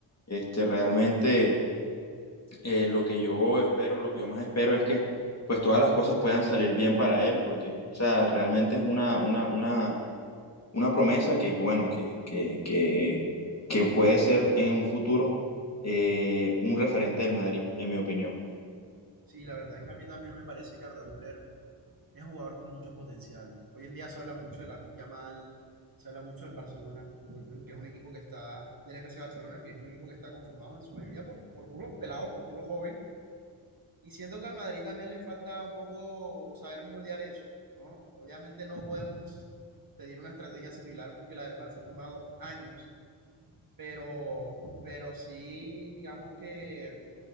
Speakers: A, on the left; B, on the right.
A: este, realmente eh, lo que yo espero, lo que yo más espero es que pues todas las cosas puedan salir bien para él, porque, o sea, realmente es una, una, una, una promesa que, bueno, que, que, que, que puede ser en un futuro eh, un referente del Madrid, en mi opinión.
B: Sí, la verdad es que a mí también me parece que Arda Güler es un jugador con mucho potencial. Hoy en día se habla mucho de la Yamal, se habla mucho del Barcelona Fútbol Club, que es un equipo que está, del FC Barcelona, que es un equipo que está conformado en su mayoría por, por puros pelados, por puros jóvenes Y siento que al Madrid también le falta un poco saber moldear eso, ¿no? Obviamente no podemos pedir una estrategia similar porque la del Barça ha tomado años, pero, pero sí, digamos que mm,